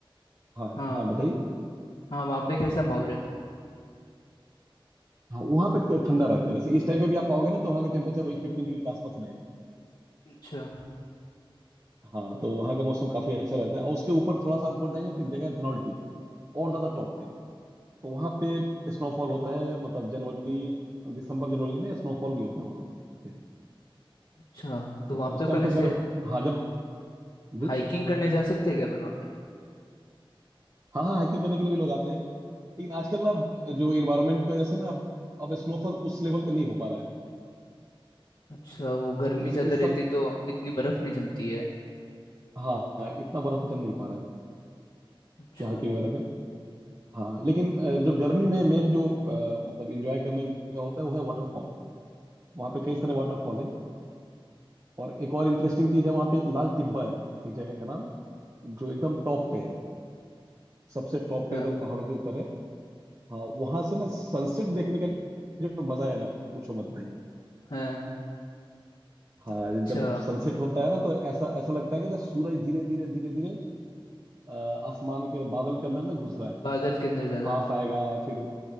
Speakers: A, on the right; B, on the left.
A: हाँ
B: हाँ
A: हाँ बताइए
B: हाँ वहाँ पे कैसा माहौल रहता
A: हाँ वहाँ पे ठंडा रहता है जैसे इस टाइम पे भी आप आओगे ना तो वहाँ का टेम्परेचर वही फिफ्टीन डिग्री के आसपास रहेगा
B: है अच्छा
A: हाँ तो वहाँ का मौसम काफी अच्छा रहता है और उसके ऊपर थोड़ा सा ऊपर जाएंगे तो एक जगह है धनौल्टी और ज्यादा टॉप पे तो वहाँ पे स्नोफॉल होता है मतलब जनवरी दिसंबर जनवरी में स्नोफॉल भी होता है वहाँ पे
B: अच्छा तो
A: तो
B: वहाँ पे
A: उस
B: अपन
A: टाइम तो
B: ऐसे
A: खैर हाँ जब जी
B: हाइकिंग करने जा सकते हैं क्या अपन वहाँ पे
A: हाँ हाँ हाइकिंग करने के लिए भी लोग आते हैं लेकिन आजकल ना जो इन्वायरमेंट की वजह से ना अब अब स्नोफॉल उस लेवल पे नहीं हो पा रहा है
B: अच्छा वो गर्मी
A: जैसे
B: ज़्यादा
A: इस साल
B: रहती तो इतनी बर्फ़ नहीं जमती है
A: हाँ हाँ, इतना बर्फ जम नहीं पा रहा है
B: अच्छा
A: कि हाइकिंग वगैरह का हाँ लेकिन अ, जो गर्मी में मेन जो अ, मतलब इंजॉय करने का होता है वो है वाटरफॉल वहाँ पे कई सारे वाटरफॉल है और एक और इंटरेस्टिंग चीज है वहां पे एक लाल टिब्बा है एक जगह का नाम जो एकदम टॉप पे है सबसे
B: अच्छा
A: टॉप पे एकदम पहाड़ों के ऊपर है हाँ वहां से ना सनसेट देखने का जो मजा है ना पूछो मत भाई
B: है
A: हाँ
B: तो अच्छा
A: जब सनसेट होता है ना तो ऐसा ऐसा लगता है कि ना सूरज धीरे धीरे धीरे धीरे अ, आसमान के बादल के अंदर ना घुस रहा है
B: बादल के अंदर ज्यादा
A: हाफ
B: हाँ
A: आएगा फिर